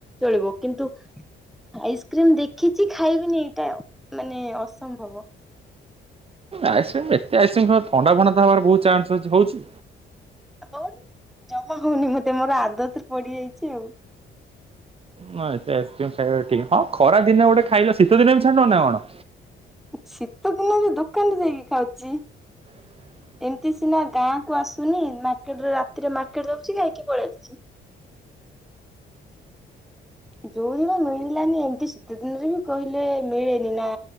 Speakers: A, in the centre; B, on the right.
A: ଚଳିବ କିନ୍ତୁ ଆଇସ୍କ୍ରିମ ଦେଖିଛି ଖାଇବିନି ଏଇଟା ମାନେ ଅସମ୍ଭବ
B: ଆଇସ୍କ୍ରିମ ଏତେ ଆଇସ୍କ୍ରିମ ଖ ଥଣ୍ଡା ଭଣ୍ଡା ହବାର ବହୁତ ଚାନ୍ସ ଅଛି ହୋଉଛି?
A: ହୋଉନି ଜମା ହଉନି ମତେ ମୋର ଆଦତରେ ପଡିଯାଇଚି ଆଉ।
B: ନା ଏତେ ଆଇସକ୍ରିମ ଖାଇବା ଠିକ୍ ହଁ ଖରା ଦିନେ ଗୋଟେ ଖାଇଲ ଶୀତ ଦିନେ ବି ଛାଡୁନ ନା କଣ?
A: ଶୀତ ଦିନ ବି ଦୋକାନରେ ଯାଇକି ଖାଉଚି।
B: <unintelligible>
A: ଏମିତି ସିନା ଗାଁ କୁ ଆସୁନି ମାର୍କେଟରେ ରାତିରେ ମାର୍କେଟ ଯାଉଚିଖାଇକି ପଳେଇ ଆସୁଚି। ଯୋଉ ଦିନ ମିଳିଲାନି ଏମତି ଶୀତ ଦିନରେ ବି କହିଲେ ମିଳେନି ନା